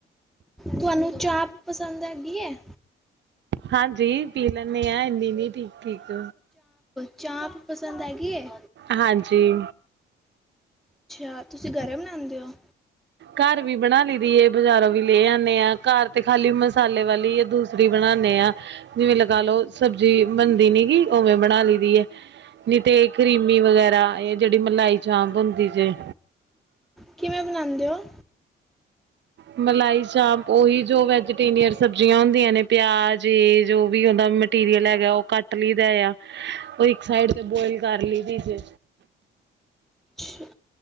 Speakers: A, in the centre; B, on the right.
A: ਤੁਹਾਨੂੰ ਚਾਹ ਪਸੰਦ ਹੈਗੀ ਹੈ?
B: ਹਾਂਜੀ ਪੀ ਲੈਨੇ ਆ ਇੰਨੀ ਨੀ ਠੀਕ ਠੀਕ।
A: ਚਾਹ ਪਸੰਦ ਹੈਗੀ ਏ?
B: ਹਾਂਜੀ।
A: ਅੱਛਾ, ਤੁਸੀਂ ਘਰੇ ਬਣਾਉਂਦੇ ਹੋ?
B: ਘਰ ਵੀ ਬਣਾ ਲਈ ਦੀ ਹੈ ਬਜ਼ਾਰੋਂ ਵੀ ਲੈ ਆਣੇ ਹਾਂ ਘਰ ਤੇ ਖਾਲੀ ਮਸਾਲੇ ਵਾਲੀ ਆ ਦੂਸਰੀ ਬਣਾਣੇ ਹਾਂ। ਜਿਵੇਂ ਲਗਾ ਲੋੋ ਸਬਜ਼ੀ ਬਣਦੀ ਨੀ ਗ ਉਵੇਂ ਬਣਾ ਲਈ ਦੀ। ਨੀ ਤੇ ਕਰੀਮੀ ਵਗੈਰਾ ਇਹ ਜਿਹੜੀ ਮਲਾਈ ਚਾਂਪ ਹੁੰਦੀ ਜੇ
A: ਕਿਵੇਂ ਬਣਾਉਂਦੇ ਹੋ।
B: ਮਲਾਈ ਚਾਂਪ ਉਹੀ ਜੋ ਵੈਜੀਟੇਰੀਅਨ ਸਬਜ਼ੀਆਂ ਹੁੰਦੀਆਂ ਨੇ ਪਿਆਜ ਜੇ ਜੋ ਵੀ ਉਹਦਾ ਮਟੀਰੀਅਲ ਹੈਗਾ ਉਹ ਕੱਟ ਲਈਦਾ ਆ ਉਹ ਇੱਕ ਸਾਈਡ ਤੇ ਬੋਇਲ ਕਰ ਲਈਦੀ ਏ
A: ਅੱਛਾ।